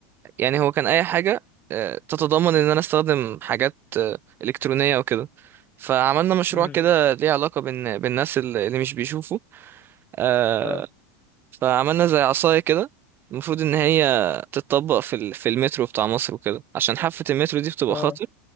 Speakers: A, on the right; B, on the left.
A: يعني هو كان اي حاجه آه، تتضمن ان انا استخدم حاجات آه، الكترونيه وكده فعملنا مشروع
B: امم
A: كده ليه علاقه بان بالناس اللي اللي مش بيشوفوا آه،
B: اه
A: فعملنا زي عصاية كده المفروض ان هي تتطبق في ال- في المترو بتاع مصر وكده عشان حافة المترو دي بتبقى
B: اه
A: خطر